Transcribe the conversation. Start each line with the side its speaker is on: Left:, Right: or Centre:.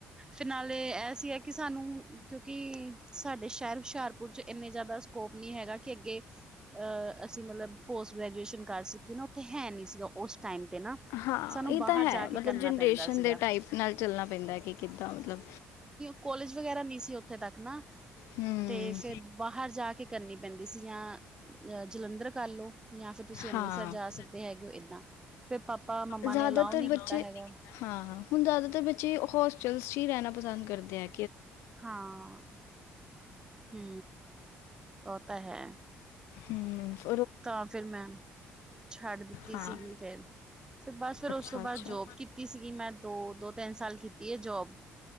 Right: ਤੇ ਨਾਲੇ ਇਹ ਸੀ ਹੈ ਕਿ ਸਾਨੂੰ ਕਿਉਂਕਿ ਸਾਡੇ ਸ਼ਹਿਰ ਹੁਸ਼ਿਆਰਪੁਰ 'ਚ ਇੰਨੇ ਜ਼ਿਆਦਾ ਸਕੋਪ ਨਹੀਂ ਹੈਗਾ ਕਿ ਅੱਗੇ ਅਹ ਅਸੀਂ ਮਤਲਬ ਪੋਸਟ ਗ੍ਰੈਜੂਏਸ਼ਨ ਕਰ ਸਕੀਏ ਨਾ ਔਥੇ ਹੈ ਨੀ ਸੀਗਾ ਉਸ ਟਾਈਮ ਤੇ ਨਾ
Left: ''ਹਾਂ
Right: ਸਾਨੂੰ
Left: ਇਹ
Right: ਬਾਹਰ
Left: ਤਾਂ ਹੈ।
Right: ਜਾ ਕੇ
Left: ਮਤਲਬ
Right: ਕਰਨਾ
Left: ਜਨਰੇਸ਼ਨ
Right: ਪੈਂਦਾ ਸੀਗਾ
Left: ਦੇ ਟਾਈਪ ਨਾਲ ਚੱਲਣਾ ਪੈਂਦਾ ਕਿ ਕਿੱਦਾਂ ਮਤਲਬ
Right: ਕੋਲੇਜ ਵਗੈਰਾ ਨਹੀਂ ਸੀ, ਉੱਥੇ ਤੱਕ ਨਾ
Left: ਹੂੰ।
Right: ਤੇ, ਫਿਰ ਬਾਹਰ ਜਾਕੇ ਕਰਨੀ ਪੈਂਦੀ ਸੀ ਜਾਂ ਅ ਜਲੰਧਰ ਕਰ ਲੋ। ਯਾਂ ਫਿਰ ਤੁਸੀਂ ਅੰਮ੍ਰਿਤਸਰ
Left: ਹਾਂ।
Right: ਜਾ ਸਕਦੇ ਹੈਗੇ ਹੋ, ਏਦਾਂ ਫਿਰ ਪਾਪਾ, ਮੰਮਾ
Left: ਜ਼ਿਆਦਾਤਰ
Right: ਨੇ ਅਲਾਓ ਨੀ
Left: ਬੱਚੇ
Right: ਕੀਤਾ ਹੈਗਾ।
Left: ਹਾਂ ਹੁਣ ਜ਼ਿਆਦਾਤਰ ਬੱਚੇ ਹੋਸਟਲਸ 'ਚ ਹੀ ਰਹਿਣਾ ਪਸੰਦ ਕਰਦੇ ਆ
Right: ਹਾਂ ਹੂੰ ਓ, ਤਾ ਹੈ
Left: ਹੂੰ
Right: ਤਾਂ ਫਿਰ ਮੈਂ ਛੱਡ ਦਿੱਤੀ
Left: ਹਾਂ
Right: ਸੀਗੀ 'ਫੇਰ ਫਿਰ ਬਸ ਫਿਰ
Left: ਅੱਛਾ
Right: ਉਸ ਤੋਂ ਬਾਅਦ
Left: ਅੱਛਾ
Right: ਜੋਬ ਕੀਤੀ ਸੀਗੀ। ''ਮੈਂ ਦੋ- ਦੋ-ਤਿੰਨ ਸਾਲ ਕੀਤੀ ਹੈ ਜੋਬ